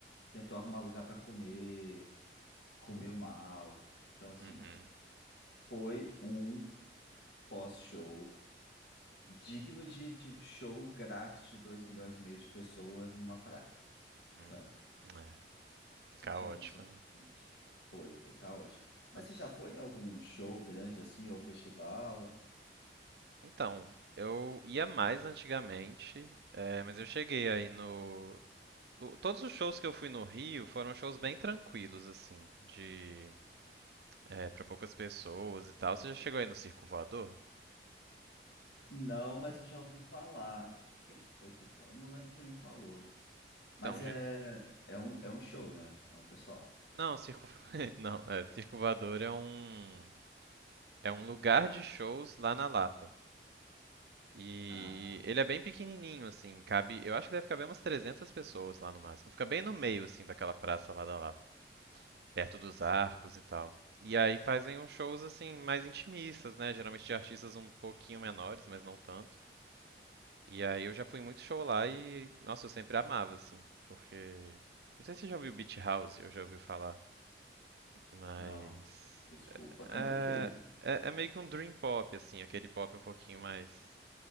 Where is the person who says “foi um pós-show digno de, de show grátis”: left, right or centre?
Left